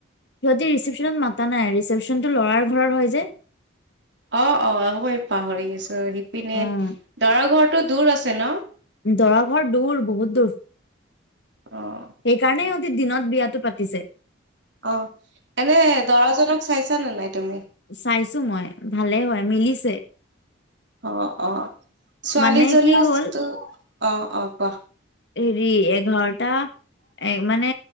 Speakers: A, on the left; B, on the right.
A: সিহঁতি ৰিচিপশ্যনত মাতা নাই ৰিচেপশ্যনটো ল'ৰাৰ ঘৰৰ হয় যে।
B: অ', অ', হবই পাহৰি গেছো সিপিনে
A: উম,
B: দৰা ঘৰটো দূৰ আছে ন'?
A: দৰা ঘৰ দূৰ বহুত দূৰ।
B: অ
A: সেইকাৰণে ইহঁতি দিনত বিয়াটো পাতিছে।
B: অ', এনে দৰাজনক চাইছা না নাই তুমি?
A: চাইছোঁ মই ভালে হয় মিলিছে।
B: অ', অ', ছোৱালীজনীওটো
A: মানে কি হ'ল
B: অ', অ', কোৱাহ।
A: এৰি এঘাৰটা এ, মানে